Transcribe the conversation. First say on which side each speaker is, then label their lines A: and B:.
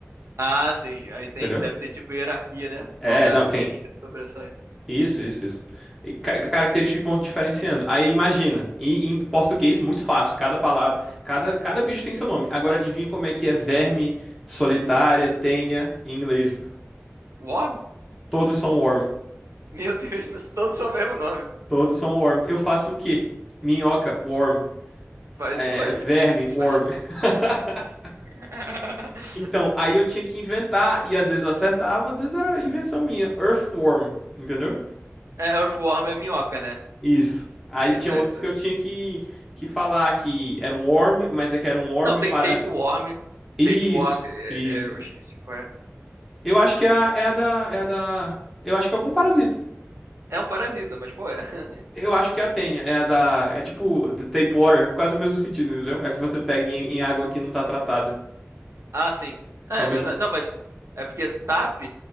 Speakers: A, on the right (about 70°); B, in the centre.
A: Ah, sim. Aí tem,
B: Entendeu?
A: deve ter tipo hierarquia, né?
B: É,
A: Qual característica
B: não, tem.
A: se sobressai?
B: Isso, isso, isso. E ca- Características que vão diferenciando. Aí imagina, em, em português, muito fácil. Cada palavra, cada, cada bicho tem seu nome. Agora adivinha como é que é verme, solitária, tênia, em inglês.
A: Worm?
B: Todos são worm.
A: Meu Deus, <laughs> nós- todos são o mesmo nome.
B: Todos são worm. Eu faço o quê? Minhoca, worm.
A: Faz
B: É,
A: o L.
B: verme, worm.
A: Faz-
B: <laughs>
A: <laughs>
B: Então, aí eu tinha que inventar, e às vezes eu acertava, às vezes era invenção minha. Earthworm, entendeu?
A: É, Earthworm é minhoca, né?
B: Isso. Aí
A: Isso
B: tinha
A: é
B: outros
A: isso.
B: que eu tinha que, que falar que era um worm, mas é que era um worm
A: Não, tem
B: parasita.
A: tapeworm.
B: Isso,
A: Tapeworm, é,
B: isso.
A: é, eu esqueci qual é.
B: Eu acho que é a, é a da. É a da. Eu acho que é algum parasita.
A: É um parasita, mas qual é? <laughs>
B: Eu acho que é a tênia. É a da. É tipo the tape water, quase o mesmo sentido, entendeu? É que você pega em, em água que não tá tratada.
A: Ah, sim. Ah,
B: É
A: é
B: o mesmo.
A: verdade. Não, mas é porque TAP